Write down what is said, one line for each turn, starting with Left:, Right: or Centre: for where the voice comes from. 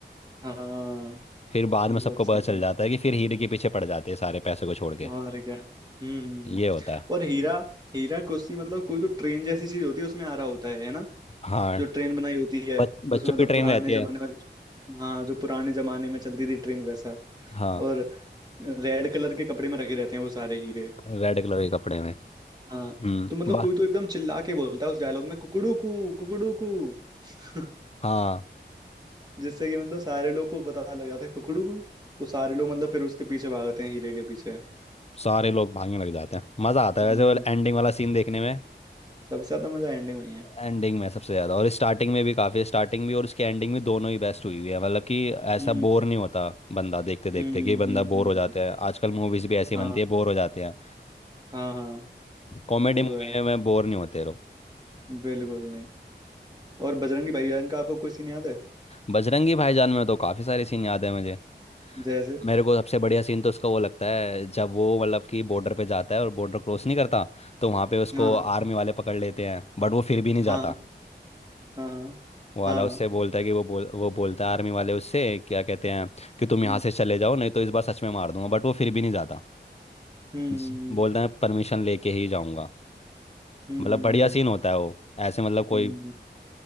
Right: हाँ
Left: फिर बाद
Right: बहुत
Left: में सबको पता
Right: सही
Left: चल
Right: सीन
Left: जाता है कि फिर हीरे के पीछे पड़ जाते हैं सारे पैसे को छोड़ के
Right: और क्या हम्म हम्म,
Left: ये
Right: हम्म।
Left: होता है
Right: और हीरा हीरा कुश्ती मतलब कोई तो ट्रेन जैसी चीज होती है उसमें आ रहा होता है है ना
Left: हाँ
Right: जो ट्रेन बनाई होती है
Left: बच, बच्चों
Right: उसमें मतलब
Left: की ट्रेन
Right: पुराने
Left: रहती
Right: जमाने
Left: है
Right: में हाँ जो पुराने जमाने में चलती थी ट्रेन वैसा
Left: हाँ
Right: और रेड कलर के कपड़े में रखे रहते हैं वो सारे हीरे
Left: रेड कलर के कपड़े में हम्म
Right: हाँ तो मतलब
Left: बा
Right: कोई तो एकदम चिल्ला के बोलता है उस डायलॉग में कुकड़ू कू कुकड़ू कू <laughs>
Left: हाँ
Right: जिससे कि मतलब सारे लोग को पता लग जाता है कुकड़ू को तो सारे लोग मतलब फिर उसके पीछे भागते हैं हीरे के पीछे
Left: सारे लोग भागने लग जाते हैं मज़ा आता है
Right: हम्म
Left: वैसे वो एंडिंग वाला सीन देखने में
Right: सबसे ज्यादा मजा एंडिंग में ही है
Left: एंडिंग में सबसे ज़्यादा और स्टार्टिंग में भी काफ़ी स्टार्टिंग भी और इसकी एंडिंग भी दोनों ही बेस्ट हुई हुई है मतलब कि ऐसा
Right: हम्म
Left: बोर नहीं होता बंदा देखते देखते
Right: हम्म
Left: कि बंदा
Right: हम्म
Left: बोर
Right: हम्म,
Left: हो जाता है आजकल मूवीज़ भी ऐसी बनती
Right: हाँ
Left: है बोर हो जाते हैं
Right: हाँ हाँ
Left: कॉमेडी
Right: वो
Left: मूवी
Right: तो है
Left: में बोर नहीं होते लोग
Right: बिल्कुल नहीं और बजरंगी भाईजान का आपको कोई सीन याद है
Left: बजरंगी भाईजान में तो काफ़ी सारे सीन याद है मुझे
Right: जैसे
Left: मेरे को सबसे बढ़िया सीन तो उसका वो लगता है जब वो मतलब कि बॉर्डर पे जाता है और बॉर्डर क्रॉस नहीं करता तो वहाँ पे उसको
Right: हाँ
Left: आर्मी वाले पकड़ लेते हैं बट वो फिर भी नहीं जाता
Right: हाँ हाँ हाँ
Left: वाला
Right: हाँ
Left: उससे बोलता है कि वो बोल वो बोलता है आर्मी वाले उससे क्या कहते हैं कि तुम
Right: हम्म
Left: यहाँ से चले जाओ नहीं तो इस बार सच में मार दूंगा बट वो फिर भी नहीं जाता
Right: हम्म
Left: जी। बोलता है परमिशन लेके ही जाऊंगा
Right: हम्म
Left: मतलब बढ़िया सीन होता है वो ऐसे मतलब कोई
Right: हम्म